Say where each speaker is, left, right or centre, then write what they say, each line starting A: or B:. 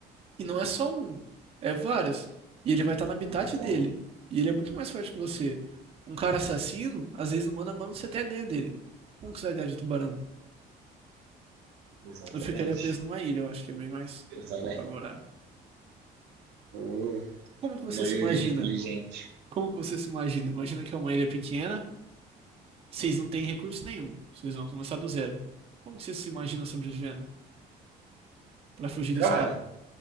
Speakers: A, on the right (about 35°); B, on the right (about 80°).
A: E não é só um, é vários. E ele vai estar no habitat
B: Então,
A: dele. E ele é muito mais forte que você. Um cara assassino, às vezes no mano a mano você até ganha dele. Como que você vai ganhar de tubarão?
B: exatamente.
A: Eu ficaria preso numa ilha, eu acho que é bem mais
B: Eu também.
A: favorável.
B: Oh,
A: Como que
B: a
A: você
B: maioria
A: se imagina?
B: é inteligente.
A: Como que você se imagina? Imagina que é uma ilha pequena, vocês não têm recurso nenhum, vocês vão começar do zero. Como que você se imagina sobrevivendo pra fugir desse
B: Cara,
A: cara?